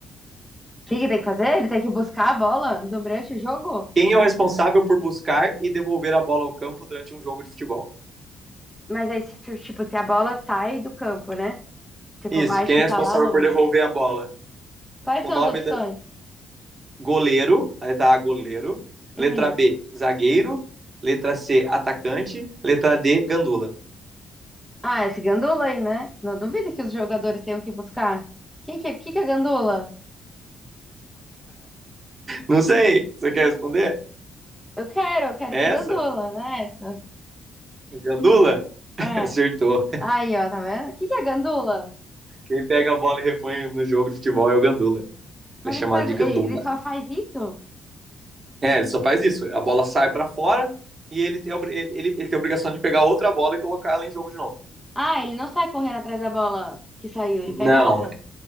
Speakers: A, in the centre; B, on the right.
A: O que que tem que fazer? Ele tem que buscar a bola durante o jogo?
B: Quem é o responsável por buscar e devolver a bola ao campo durante um jogo de futebol?
A: Mas aí, se- tipo, se a bola sai do campo, né? Tipo,
B: Isso,
A: vai
B: quem
A: chutar
B: é responsável
A: lá longe.
B: por devolver a bola?
A: Quais
B: O
A: são
B: nome
A: as opções?
B: da goleiro, a letra A, goleiro.
A: Hum.
B: Letra B, zagueiro. Letra C, atacante. Letra D, gandula.
A: Ah, esse gandula aí, né? Não duvido que os jogadores tenham que buscar. Quem que é, que que é gandula?
B: Não sei, você quer responder?
A: Eu quero, eu quero
B: É
A: esse gandula,
B: essa?
A: né? Essa.
B: É Gandula? <laughs>
A: É.
B: Acertou.
A: Aí, ó, tá vendo? O que que é gandula?
B: Quem pega a bola e repõe no jogo de futebol é o Gandula. Ele
A: Mas
B: é
A: ele
B: chamado
A: faz,
B: de
A: ele,
B: Gandula.
A: ele só faz isso?
B: É, ele só faz isso. A bola sai para fora e ele tem, ele, ele tem a obrigação de pegar outra bola e colocar ela em jogo de novo.
A: Ah, ele não sai correndo atrás da bola que saiu, ele
B: Não,
A: pega outra.